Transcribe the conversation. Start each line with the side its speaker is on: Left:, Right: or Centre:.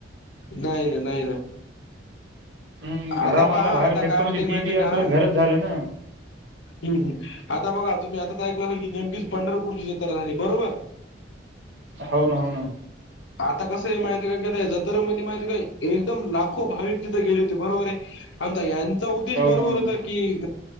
Left: नाही ना, नाही ना
Right: हम् घरामधला
Left: आता पहा
Right: बाहेर
Left: आता
Right: फेकतो
Left: काय होते
Right: म्हणजे
Left: माहिती
Right: ती बी
Left: आहे का
Right: आपलं घरच झालं ना
Left: हम्म हम बघा तुम्ही आताच ऐकलं असेल नेमकीच पंढरपूरची जत्रा झाली बरोबर.
Right: हाव ना, हाव ना
Left: आता कसं आहे माहित का जत्र मध्ये माहिती का काय एकदम ला- लाखो भाविक तिथ गेले होते बरोबर हाय आता यांचा उद्देश
Right: हो
Left: बरोबर
Right: ना हो ना
Left: होता. कि